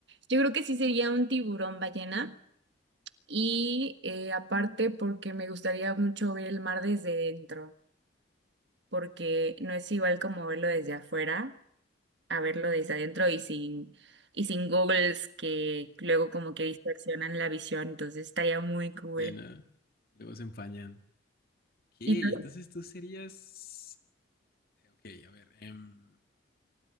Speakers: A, on the right (about 65°); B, on the left (about 50°).
A: yo creo que sí sería un tiburón ballena y eh, aparte porque me gustaría mucho ver el mar desde dentro, porque no es igual como verlo desde afuera a verlo desde adentro y sin, y sin googles que luego como que distorsionan la visión, entonces estaría muy cool.
B: Sí, no. Luego se empañan. Ok, entonces
A: ¿Y tú?
B: tú serías... eh, Ok, a ver. em,